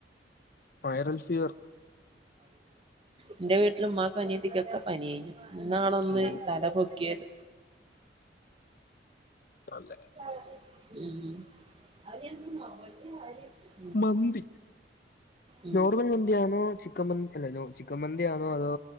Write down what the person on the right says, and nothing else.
എന്റെ വീട്ടില ഉമ്മാക്ക് അനിയത്തിക്കൊക്കെ പനി ആയിന്നു ഇന്നാണൊന്നു
തല പൊക്കി <inaudible>
<inaudible>
ഉം